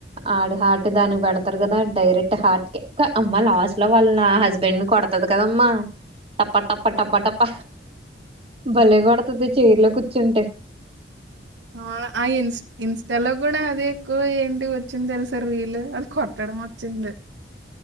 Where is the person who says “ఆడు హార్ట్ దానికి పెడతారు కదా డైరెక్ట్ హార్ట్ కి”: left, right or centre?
Right